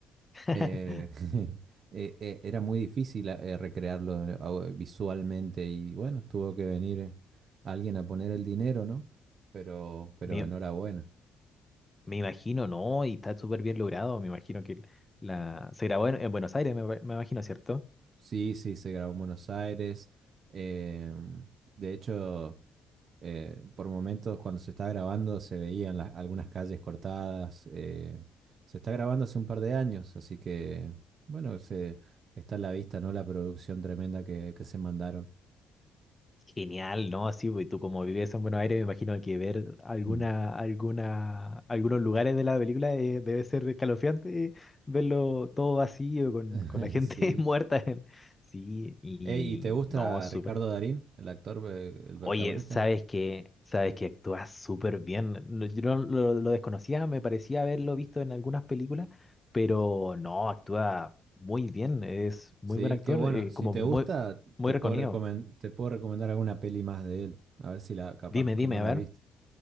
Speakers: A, on the left (about 20°); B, on the right (about 55°).
A: <laughs>
B: eh, <laughs> eh, eh, era muy difícil eh, recrearlo eh, au- eh, visualmente y bueno, tuvo que venir eh, alguien a poner el dinero, ¿no? Pero, pero
A: me,
B: enhorabuena.
A: me imagino, ¿no? Y está súper bien logrado, me imagino que la... se grabó en, en Buenos Aires, me, me imagino, ¿cierto?
B: Sí, sí, se grabó en Buenos Aires. em, de hecho... eh, por momentos cuando se está grabando se veían las- algunas calles cortadas. eh, se está grabando hace un par de años, así que bueno, se, está a la vista, ¿no? La producción tremenda que, que se mandaron.
A: Genial, ¿no? Sí, pues, y tú como vives en Buenos Aires, me imagino que ver alguna,
B: Mm.
A: alguna, algunos lugares de la película eh, debe ser escalofriante, eh, verlo todo vacío, con,
B: <laughs>
A: con la gente
B: Sí.
A: <laughs> muerta. en- Sí, y
B: Ey, ¿y te gusta
A: no, súper.
B: Ricardo Darín, el actor, eh, el protagonista?
A: Oye, sabes que, sabes que actúas súper bien. No, Yo no lo, lo desconocía, me parecía haberlo visto en algunas películas, pero no, actúa muy bien, es muy
B: Sí,
A: buen actor,
B: que bueno,
A: eh,
B: si
A: como
B: te
A: muy,
B: gusta,
A: muy
B: te
A: reconocido.
B: puedo recomen- te puedo recomendar alguna peli más de él. A ver si la, capaz
A: Dime,
B: que
A: dime,
B: no
A: a
B: la
A: ver,
B: viste.